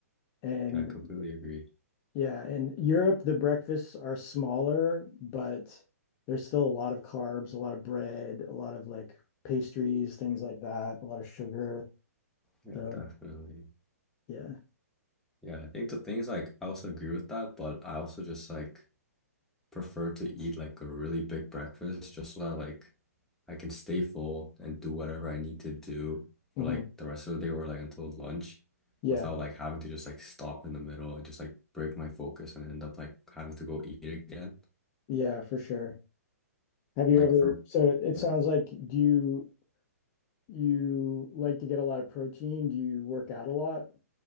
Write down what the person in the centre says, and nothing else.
I completely agree.
Yeah,
definitely.
Yeah, I think the thing is like I also agree with that, but I also just like prefer to eat like a really big breakfast just so that like I can stay full and do whatever I need to do
for like the rest of the day or like until lunch
without like having to just like stop in the middle and just like break my focus and end up like having to go eat again.
Like
for
yeah,